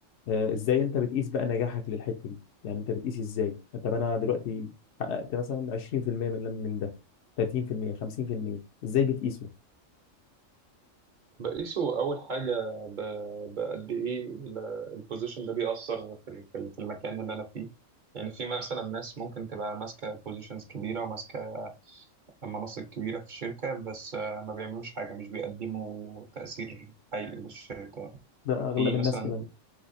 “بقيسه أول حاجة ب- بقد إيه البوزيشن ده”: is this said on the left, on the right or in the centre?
Right